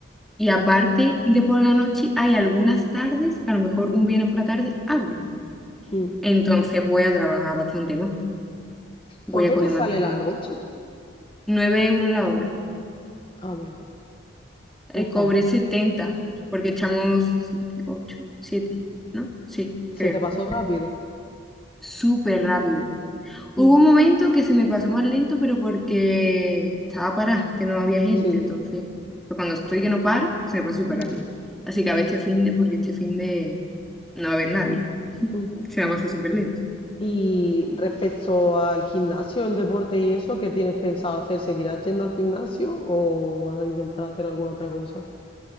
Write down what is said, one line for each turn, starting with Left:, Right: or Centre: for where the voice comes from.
Centre: Y
Left: Mm,
Centre: aparte de por la noche, hay algunas tardes que a lo mejor un viernes por la tarde abre.
Left: mm.
Centre: Entonces voy a trabajar bastante más. Voy
Left: ¿Cuánto
Centre: a coger
Left: te sale
Centre: más dinero.
Left: la noche?
Centre: nueve euros la hora.
Left: Ah, bueno,
Centre: Eh,
Left: no está
Centre: cobré
Left: mal.
Centre: 70 porque echamos siete ocho siete ¿no? Sí,
Left: Se
Centre: creo.
Left: te pasó rápido.
Centre: Súper rápido. Hubo
Left: Mm,
Centre: un momento que se me pasó más lento, pero porque estaba parada, que no había gente.
Left: sí.
Centre: Entonces, pero cuando estoy que no paro, se me pasa súper
Left: Mm,
Centre: rápido. Así que a ver este finde, porque este finde no va a haber nadie. <laughs>
Left: ujú.
Centre: Se me pasa súper lento.
Left: Y respecto al gimnasio, el deporte y eso, ¿qué tienes pensado hacer? ¿Seguirás yendo al gimnasio o vas a intentar hacer alguna otra cosa?